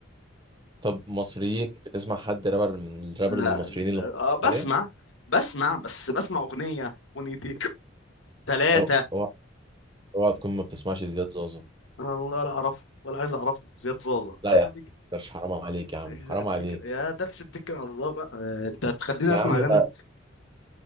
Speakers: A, on the right; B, on the left.
A: طب مصريين بتسمع حد رابر من الرابرز
B: لا,
A: المصريين اللي
B: لا
A: مصريين
B: آه، بسمع
A: حاليا
B: بسمع بس بسمع اغنيه اغنيتين ثلاثه
A: أو- اوعى اوعى تكون ما بتسمعش زياد زوزو
B: والله لا اعرفه ولا عايز اعرفه زياد زازا
A: لا يا عم
B: يعني كده
A: متقدرش حرام عليك يا عم
B: اتكل
A: حرام عليك
B: يا درس اتكل على الله بقى آه، انت هتخليني
A: يا
B: اسمع
A: عم
B: اغاني
A: ده,